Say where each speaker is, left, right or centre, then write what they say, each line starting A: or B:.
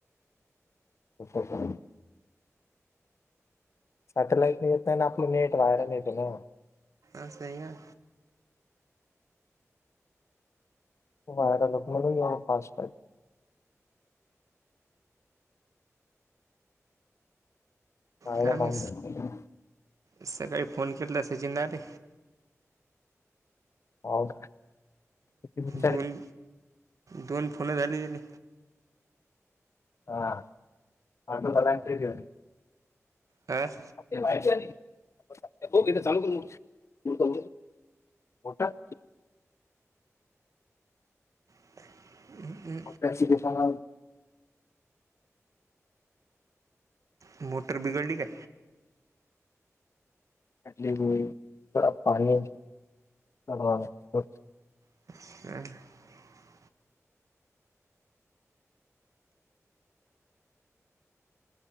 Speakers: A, on the left (about 60°); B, on the right (about 80°).
A: <unintelligible> सॅटेलाईटन नाही येत नाही आपलं नेट बाहेरून येत ना.
B: असय ना.
A: <unintelligible> व्हायरल
B: काय मग
A: लावून घेतले
B: सकाळी फोन केला असचिन ना रे.
A: हो का. किती मिनिटात
B: दोन दोन फोनं झाली त्यानी
A: <unintelligible>
B: आं?
A: <unintelligible> होता.
B: <inaudible>
A: <unintelligible>
B: मोटर बिघडली काय?
A: <unintelligible>
B: <inaudible>